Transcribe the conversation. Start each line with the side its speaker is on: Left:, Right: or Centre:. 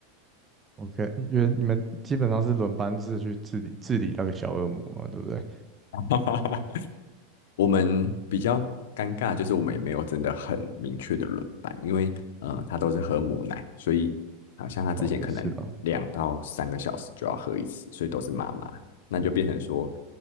Right: OK，因为你们基本上是轮班制去治理治理那个小恶魔嘛，对不对？
Left: <laughs> 我们比较尴尬，就是我们也没有真的很明确的轮班，因为呃，他都是喝母奶，所以好像他之前可能两到三个小时就要喝一次，
Right: 哦，也是啦，
Left: 所以都是妈妈，那就变成说